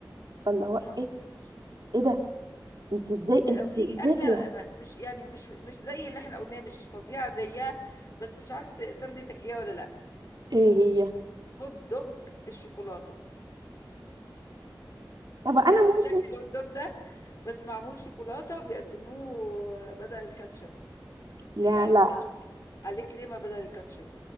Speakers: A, on the right (about 65°); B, on the left (about 45°).
A: فاللي هو
B: امم
A: ايه ايه ده انتوا ازاي انتوا
B: آه، في
A: ازاي
B: اكله
A: كده
B: ما- مش يعني مش مش زي اللي احنا قلناه مش فظيعه زيها بس مش عارفه ت- ترضي تاكليها ولا لا
A: ايه هي
B: هوت دوج الشوكولاته
A: طب انا
B: نفس
A: ممكن
B: شكل الهوت دوج ده بس معمول شوكولاته بيقدموه بدل الكاتشب
A: لا
B: يعني
A: لا
B: بيحطوا عليه كريمه بدل الكاتشب